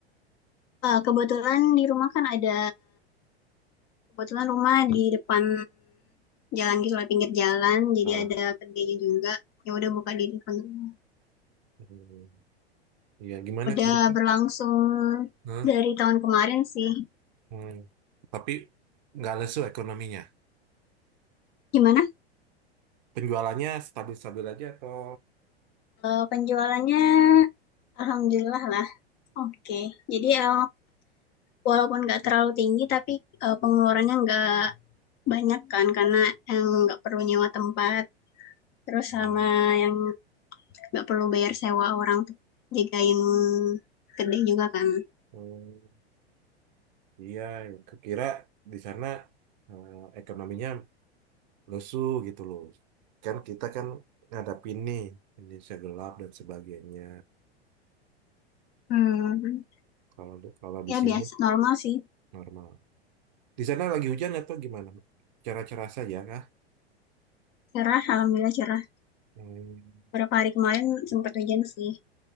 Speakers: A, on the left; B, on the right.
A: Eh, kebetulan di rumah kan ada, kebetulan rumah di depan jalan gitu lah, pinggir jalan. Jadi
B: Ah,
A: ada kedainya juga. Ya udah buka di depan rumah.
B: hmm, ya gimana
A: Udah
B: gitu
A: berlangsung
B: Hah?
A: dari tahun kemarin sih.
B: Hmm. tapi nggak lesu ekonominya
A: Gimana?
B: penjualannya stabil-stabil aja atau
A: Eh, penjualannya Alhamdulillah lah. Oke. Jadi eh, walaupun nggak terlalu tinggi tapi eh, pengeluarannya nggak banyak kan karena yang nggak perlu nyewa tempat terus
B: hmm.
A: sama yang nggak perlu bayar sewa orang jagain gede juga kan
B: Oh, iya kira di sana eh, ekonominya lesu gitu loh kan kita kan ngadapin nih Indonesia gelap dan sebagainya
A: Hmm.
B: kalau kalau di
A: ya
B: sini
A: biasa normal sih
B: normal Di sana lagi hujan atau gimana? Cerah-cerah saja kah?
A: cerah alhamdulillah cerah
B: Hmm.
A: beberapa hari kemarin sempat hujan sih